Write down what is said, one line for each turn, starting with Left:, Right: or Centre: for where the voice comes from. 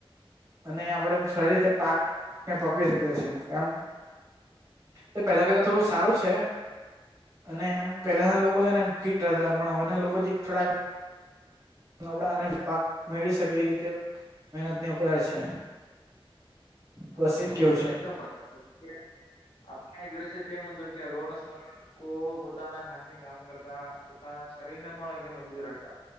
Right: અને આપડે એમ સારી રીતે પાકને પકડી શકે છે એમ એ પેલા કરતા થોડું સારું છે. અને એમ પેલાના લોકો છે ને એમ ફિટ રહેતા હતા પણ હવે ના લોકો જે થોડાક નબળા અને પાક મેળવી શકે એ રીતે મહેનત નેવ કરે છે
Left: હા
Right: બસ એજ
Left: તમારી
Right: કેવું
Left: વાત
Right: છે.
Left: એકદમ બરાબર છે કે આપણે જોઈશે તે મુજબ કે અગાઉ ના સારો લોકો પોતાના હા થી કામ કરતા પોતાના શરીર ને પણ એકદમ મજબૂત રાખતા